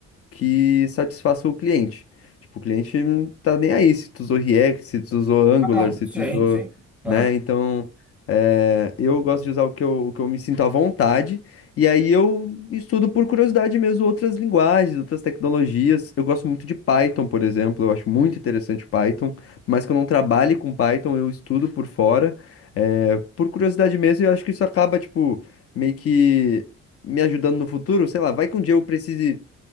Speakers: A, on the left; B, in the centre.
A: que satisfaça o cliente. Tipo, o cliente não tá nem aí se tu usou React, se tu usou Angular,
B: ah, não,
A: se
B: sim,
A: tu usou,
B: sim. Aham.
A: né? Então, é, eu gosto de usar o que eu, o que eu me sinto à vontade. E aí eu estudo por curiosidade mesmo outras linguagens, outras tecnologias. Eu gosto muito de Python, por exemplo. Eu acho muito interessante Python. Por mais que eu não trabalhe com Python, eu estudo por fora. é, por curiosidade mesmo, e eu acho que isso acaba, tipo, meio que me ajudando no futuro, sei lá, vai que um dia eu precise